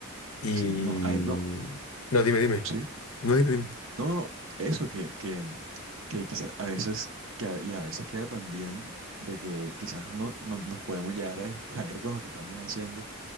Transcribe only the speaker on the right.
sí, no, hay, no,
sí,
no, no, no, eso que, que, que quizás a veces, que, a- y a veces queda también de que quizás no, no- nos podemos llegar a distraer con lo que estamos haciendo